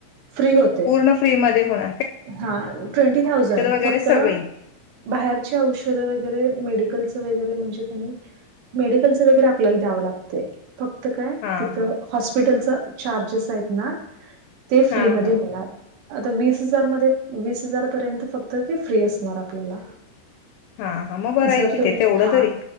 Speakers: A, on the right; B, on the left.
A: फ्री होतय.
B: पूर्ण फ्री मदे होणा
A: हां, ट्वेंटी थाउजंड,
B: वगैरे
A: फक्त
B: सगळी
A: बाहेरची औषधं वगैरे, मेडिकलच वगैरे, म्हणजे कणी मेडिकलच वगैरे आपल्याला द्यावं लाग ते, फक्त काय,
B: हा
A: तिथ
B: हा
A: हॉस्पिटलच, चार्जेस आहेत ना ते
B: हा
A: फ्री मदे
B: हा
A: होणार. आता वीस हजार मध्ये, वीस हजार पर्यंत फक्त, ते फ्री असणार आपल्याला.
B: हां हा, मग बरं
A: जर
B: ऐ कि,
A: तुम्ही
B: तें तेवढं
A: हा
B: तरी